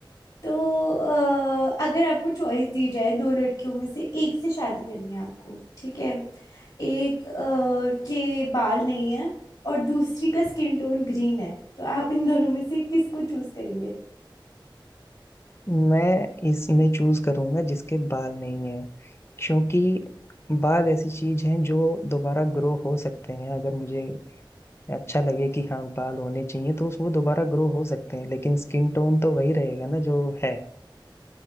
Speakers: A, on the left; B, on the left.
A: तो अ, अगर आपको चॉइस दी जाए दो लड़कियों में से एक से शादी करनी है आपको ठीक है एक अ, के बाल नहीं है और दूसरी का स्किन टोन ग्रीन है तो आप इन दोनों में से किसको चूज करेंगे
B: मैं इसमें चूज करूंगा जिसके बाल नहीं है क्योंकि बाल ऐसी चीज है जो दोबारा ग्रो हो सकते हैं अगर मुझे अच्छा लगे कि हाँ बाल होने चाहिए तो उस- वो दोबारा ग्रो हो सकते हैं लेकिन स्किन टोन तो वही रहेगा ना जो है